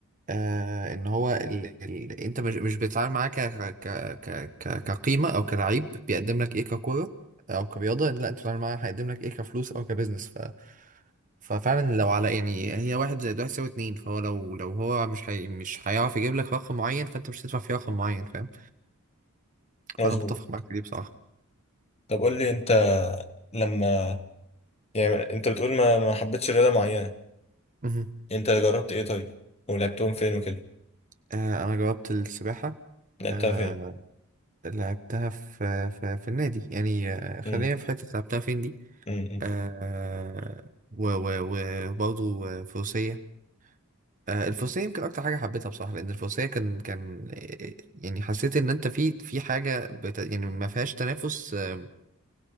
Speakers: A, on the right; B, on the left.
A: آه ان هو ال... ال... انت مش مش بتتعامل معاه ك... ك... ك... ك... كقيمه او كلعيب بيقدم لك ايه ككوره او كرياضه لا انت بتتعامل معاه هيقدم لك ايه كفلوس او كبزنس ف... ففعلا لو على يعني هي واحد زائد واحد يساوي اتنين فهو لو لو هو مش هي... مش هيعرف يجيب لك رقم معين فانت مش هتدفع فيه رقم معين فاهم
B: مظبوط
A: فانا متفق معاك في دي بصراحه
B: طب قول لي انت لما يعني انت بتقول ما ما حبيتش رياضه معينه
A: مهم.
B: انت جربت ايه طيب ولعبتهم فين وكده
A: آه انا جاوبت السباحه
B: لعبتها
A: آه،
B: فين
A: لعبتها في في, في النادي يعني آه، خلينا
B: امم
A: في حتة لعبتها فين دي
B: امم
A: آه و و وبرضه آه، فروسية آه الفروسية يمكن أكتر حاجة حبيتها بصراحة لأن الفروسية كان كان آه، يعني حسيت إن أنت في في حاجة بت يعني ما فيهاش تنافس آه،